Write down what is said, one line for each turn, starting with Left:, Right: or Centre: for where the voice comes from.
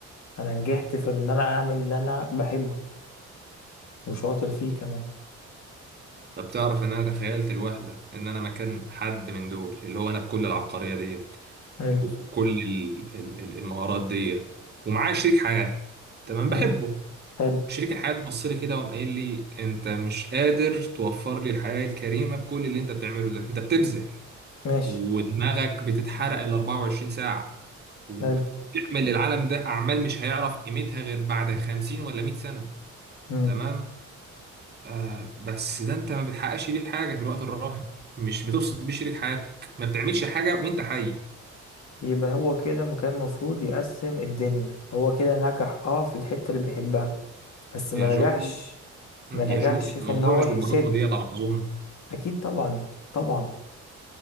Left: أنا نجحت في إن أنا أعمل اللي أنا بحبه وشاطر فيه كمان
Right: طب تعرف ان انا تخيلت الوهله ان انا مكان حد من دول اللي هو انا بكل العبقريه ديت
Left: حلو
Right: وكل ال- ال- ال- المهارات ديت ومعايا شريك حياه تمام
Left: ماشي
Right: بحبه
Left: حلو
Right: وشريك الحياه اللي بص لي كده وقام قايل لي انت مش قادر توفر لي الحياه الكريمه بكل اللي انت بتعمله ده انت بتبذل
Left: ماشي
Right: ودماغك بتتحرق ال 24 ساعه وبتعمل
Left: حلو
Right: للعالم ده اعمال مش هيعرف قيمتها غير بعد 50 ولا 100 سنه
Left: مم.
Right: تمام آه بس ده انت ما بتحققش بيه حاجه في الوقت الراهن مش بتبسط بيه شريك حياتك ما بتعملش حاجه وانت حي
Left: يبقى هو كده م- كان المفروض يقسم الدنيا هو كده نجح اه في الحتة اللي بيحبها بس ما
Right: يا جو
Left: نجحش ما نجحش
Right: يا جو الموضوع
Left: في ان هو
Right: مش
Left: يسد
Right: بالبساطه ديت على ما اظن
Left: اكيد طبعا طبعا